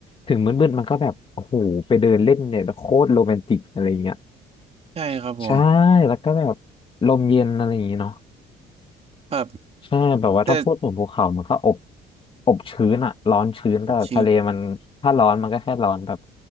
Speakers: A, on the left (about 30°); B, on the right (about 35°).
A: ถึงมืดๆมันก็แบบโอ้โหไปเดินเล่นเนี่ยโคตรโรแมนติกอะไรเงี้ย
B: ใช่ครับผม
A: ใช่แล้วก็แบบลมเย็นอะไรอย่างเงี้เนาะ
B: ครับ
A: ใช่แบบว่าถ้าพูดถึงภูเขามันก็อบ
B: แต่
A: อบชื้นอะร้อนชื้นแต่ทะเลมันถ้าร้อนมันก็แค่ร้อนแบบ
B: โอเค